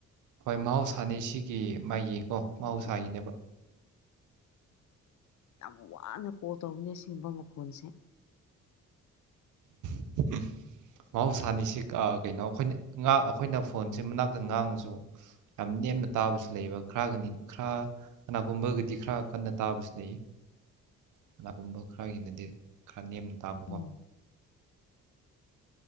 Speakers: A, on the right; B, on the left.
A: ꯍꯣꯏ ꯃꯍꯧꯁꯥꯅꯤ ꯁꯤꯒꯤ ꯃꯥꯒꯤꯀꯣ ꯃꯍꯧꯁꯥꯒꯤꯅꯦꯕ
B: ꯃꯤ ꯌꯥꯝ ꯋꯥꯅ ꯀꯣꯜ ꯇꯧꯕꯅꯦ ꯁꯤꯒꯨꯝꯕ ꯃꯈꯣꯟꯜꯁꯦ
A: <inaudible> ꯃꯍꯧꯁꯥꯅꯤꯁꯤ ꯀꯩꯅꯣ ꯑꯩꯈꯣꯏꯅ ꯑꯩꯈꯣꯏꯅ ꯐꯣꯟꯁꯦ ꯃꯅꯥꯛꯇ ꯉꯥꯡꯉꯁꯨ ꯌꯥꯝ ꯅꯦꯝꯅ ꯇꯥꯕꯁꯨ ꯂꯩꯕ ꯈꯔꯒꯅꯤ ꯈꯔ ꯀꯅꯥꯒꯨꯝꯕꯒꯗꯤ ꯈꯔ ꯀꯟꯅ ꯇꯥꯕꯁꯨ ꯂꯩ ꯀꯅꯥꯒꯨꯝꯕ ꯈꯔꯒꯤꯅꯗꯤ ꯈꯔ ꯅꯦꯝꯅ ꯇꯥꯕꯀꯣ
B: ꯎꯝ